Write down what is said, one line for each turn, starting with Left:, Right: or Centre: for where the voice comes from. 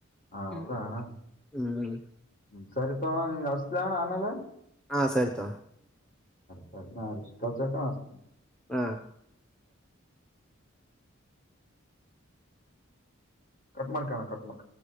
Left: ಹಾ ಹೌದಾ
Centre: ಹ
Left: ಅಣ್ಣ
Centre: ಹ್ಮ್
Left: ಹ್ಮ್, ಸರಿ ತೋಣ ನೀ ಅಸಲಣ್ಣ ಆಮೇಲೆ
Centre: ಹಾ ಸರಿತ
Left: ಸ ನಾ ಶ ಕಲ್ ಸಕ ಆತ
Centre: ಹ
Left: ಕಟ್್ಮಡ ಕಣ ಕಟ್್ಮಡ